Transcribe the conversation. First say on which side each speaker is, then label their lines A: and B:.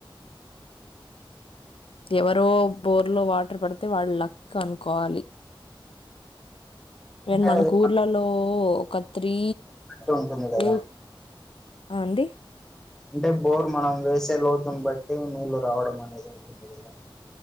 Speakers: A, on the left (about 80°); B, in the centre.
A: ఎవరో బోర్లో వాటర్ పడితే వాళ్ళు లక్ అనుకోవాలి
B: అంటే
A: అండ్ మనకు
B: అది
A: ఊర్లలో ఒక త్రీ
B: బట్టి ఉంటుంది కదా
A: ఊర్ ఆ అండి
B: అంటే బోర్ మనం వేసే లోతుని బట్టీ నీల్లు రావడం అనేది ఉంటుంది కదా